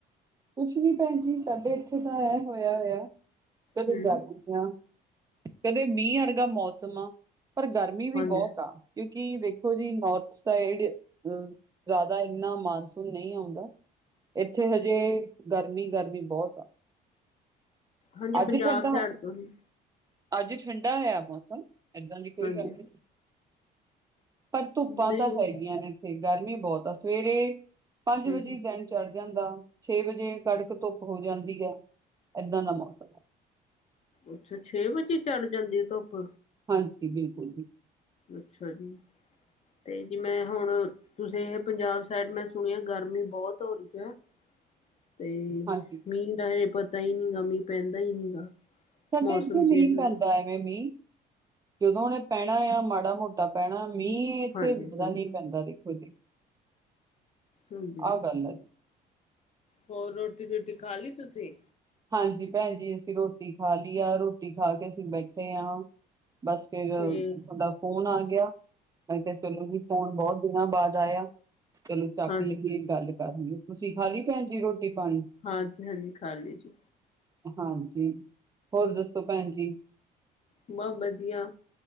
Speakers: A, on the right; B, on the left.
A: ਕੁੱਛ ਨੀ ਭੈਣ ਜੀ, ਸਾਡੇ ਏਥੇ ਤਾਂ ਐ ਹੋਇਆ-ਹੋਇਆ <unintelligible>
B: ਹਮ
A: ਯਾ, ਕਦੇ ਮੀਂਹ ਅਰਗਾ ਮੌਸਮ ਆ, ਪਰ ਗਰਮੀ ਵੀ
B: ਹਾਂਜੀ
A: ਬੋਤ ਆ। ਕਿਉਂਕਿ ਦੇਖੋ ਜੀ, ਨੋੌਰਥ ਸਾਈਡ ਅਹ ਜਾਦਾ ਇੰਨਾ ਮਾਨਸੂਨ ਨਈ ਆਉਂਦਾ। ਏਥੇ ਹਜੇ ਗਰਮੀ-ਗਰਮੀ ਬੋਤ ਆ।
B: ਹਾਂਜੀ
A: ਅੱਜ
B: ਪੰਜਾਬ
A: ਠੰਡਾ,
B: ਸਾਈਡ ਤੋਂ ਹੀ
A: ਅੱਜ ਠੰਡਾ ਹੋਇਆ ਮੌਸਮ, ਏਦਾਂ ਦੀ ਕੋਈ
B: ਹਾਂਜੀ
A: ਗੱਲ ਨੀ। ਪਰ ਧੁੱਪਾਂ
B: ਨਹੀਂ
A: ਤਾਂ ਹੈਗੀਆਂ
B: ਹਮ
A: ਨੇ ਏਥੇ, ਗਰਮੀ ਬੋਤ ਆ ਸਵੇਰੇ ਪੰਜ ਵਜੇ
B: ਹਮ
A: ਈ ਦਿਨ ਚੜ ਜਾਂਦਾ, ਛੇ ਵਜੇ ਕੜਕ ਧੁੱਪ ਹੋ ਜਾਂਦੀ ਆ, ਏਦਾਂ ਦਾ ਮੌਸ
B: ਅੱਛਾ, ਛੇ ਵਜੇ ਈ ਚਲ ਜਾਂਦੀ ਏ ਧੁੱਪ?
A: ਹਾਂਜੀ, ਬਿਲਕੁੱਲ ਜੀ।
B: ਅੱਛਾ ਜੀ, ਤੇ ਜੀ ਮੈਂ ਹੁਣ ਤੁਸੀਂ ਏਹ ਪੰਜਾਬ ਸਾਈਡ, ਮੈਂ ਸੁਣਿਆ ਗਰਮੀ ਬੋਤ ਹੋ ਰੀ ਆ। ਤੇ
A: ਹਾਂਜੀ
B: ਮੀਂਹ ਦਾ ਹਏ ਪਤਾ ਈ ਨੀਗਾ, ਮੀਂਹ ਪੈਂਦਾ ਈ ਨੀ ਗਾ।
A: ਸਾਡੇ
B: ਮੌਸਮ
A: ਏਥੇ
B: ਚੇਂਜ
A: ਮੀਂਹ
B: ਹੁੰਦਾ
A: ਪੈਂਦਾ ਐ। ਹੈ ਮੀਂਹ, ਜਦੋਂ ਓਨੇ ਪੈਣਾ ਆ, ਮਾੜਾ ਮੋਟਾ ਪੈਣਾ, ਮੀਂਹ ਏਹ
B: ਹਾਂਜੀ
A: ਤੇ ਰੁਕਦਾ
B: ਹਾਂਜੀ
A: ਨਈ ਪੈਂਦਾ ਦੇਖੋ ਜੀ,
B: ਹਾਂਜੀ
A: ਆਹ ਗੱਲ ਐ।
B: ਹੋਰ ਰੋਟੀ ਰੁਟੀ ਖਾ ਲਈ ਤੁਸੀਂ?
A: ਹਾਂਜੀ ਭੈਣ ਜੀ, ਅਸੀਂ ਰੋਟੀ ਖਾ ਲਈ ਆ, ਰੋਟੀ ਖਾ ਕੇ ਅਸੀਂ ਬੈਠੇ ਆਂ, ਬਸ। ਫਿਰ ਓਦਾ
B: ਤੇ
A: ਫੋਨ ਆ ਗਿਆ, ਮੈਂ ਕੇਆ ਚਲੋ ਜੀ ਫੋਨ ਬੋਤ ਦਿਨਾਂ ਬਾਦ ਆਇਆ। ਚਲੋ ਚੱਕ
B: ਹਾਂਜੀ
A: <unintelligible> ਗੱਲ ਕਰ ਲਈ, ਤੁਸੀਂ ਖਾ ਲਈ ਭੈਣ ਜੀ ਰੋਟੀ ਪਾਣੀ?
B: ਹਾਂਜੀ-ਹਾਂਜੀ ਖਾ ਲੀ ਜੀ।
A: ਹਾਂਜੀ, ਹੋਰ ਦੱਸੋ ਭੈਣ ਜੀ?
B: ਬਹੁਤ ਵਧੀਆ